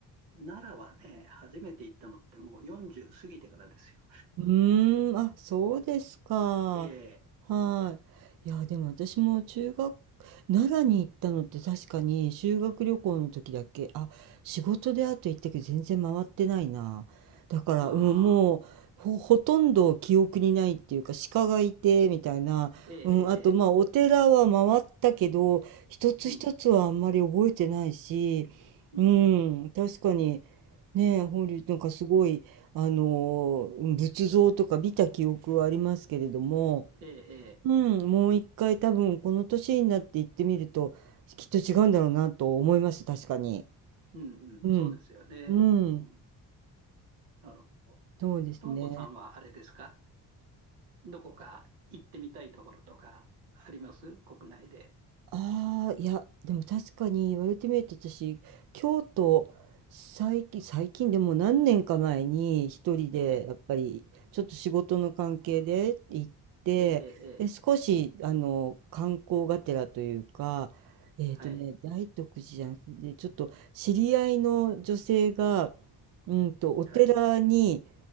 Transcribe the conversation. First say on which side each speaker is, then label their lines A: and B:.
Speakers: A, on the right; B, on the right.
A: 奈良はね、初めて行ったのってもう40過ぎてからですよ。
B: うーん、あ、そうですか。
A: ええ
B: はい。いや、でも私も中学、奈良に行ったのって確かに修学旅行の時だけ、あ、仕事であと行ったけど全然回ってないな。だから、
A: ああ、
B: うん、もう、ほ、ほとんど記憶にないっていうか、鹿がいて、みたいな。
A: ええ、ええ、
B: うん、あと、
A: ええ
B: まあ、お寺は回ったけど、一つ一つはあんまり覚えてないし、
A: うん、うん、
B: うん、確かに、ねえ、法隆寺なんかすごい、あの仏像とか見た記憶はありますけれども、
A: ええ、ええ、
B: うん、もう一回多分この年になって行ってみるときっと違うんだろうなと思います確かに。
A: うん、うん、
B: うん、
A: そうですよね。
B: うん、
A: うん、なるほど。
B: そうですね。
A: ともこさんはあれですかどこか行ってみたいところとかあります国内で。
B: ああいやでも確かに言われてみると私京都最近最近でも何年か前に一人でやっぱりちょっと仕事の関係で行っ
A: ええ、ええ、ええ、ええ
B: で、少し、あの、観光がてらというか、えっとね、
A: はい、
B: 大徳寺じゃなくて、ちょっと知り合いの女性が、うんと、お寺に、
A: はい、